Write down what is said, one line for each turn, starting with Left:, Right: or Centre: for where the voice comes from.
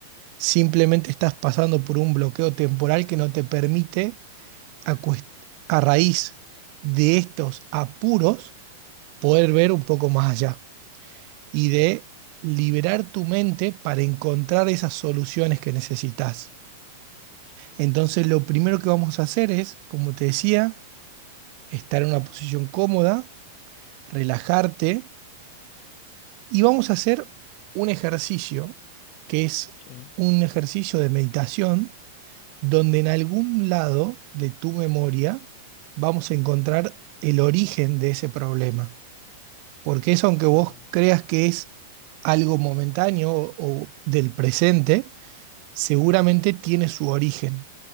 Right: Simplemente estás pasando por un bloqueo temporal que no te permite, a, cuest- a raíz de estos apuros, poder ver un poco más allá y
Left: Sí,
Right: de liberar tu mente para encontrar esas soluciones que necesitas.
Left: sí,
Right: Entonces, lo primero que vamos a hacer es, como te decía, estar en una posición cómoda, relajarte y vamos a hacer un ejercicio que es
Left: sí,
Right: un ejercicio de meditación donde en algún lado de tu memoria vamos a encontrar el origen de ese problema. Porque eso, aunque vos
Left: bueno,
Right: creas que es algo momentáneo o, o del presente, seguramente tiene su origen.